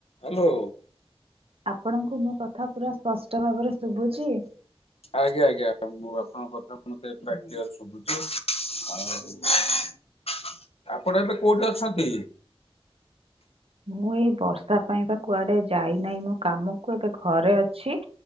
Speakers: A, on the left; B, on the right.
A: Hello.
B: ଆପଣଙ୍କୁ ମୋ କଥା ପୁରା ସ୍ପଷ୍ଟ ଭାବରେ ଶୁଭୁଛି?
A: ଆଜ୍ଞା ଆଜ୍ଞା ମୁଁ ଆପଣଙ୍କ କଥା ମତେ ପ୍ରାକ୍ ଶୁଧୁଛି ଆଉ <unintelligible> ଆପଣ ଏବେ କୋଉଠି ଅଛନ୍ତି?
B: ମୁଁ ଏଇ ବର୍ଷା ପାଇଁ ବା କୁଆଡେ ଯାଇ ନାଇଁ ମୋ କାମକୁ ଏବେ ଘରେ ଅଛି ଆ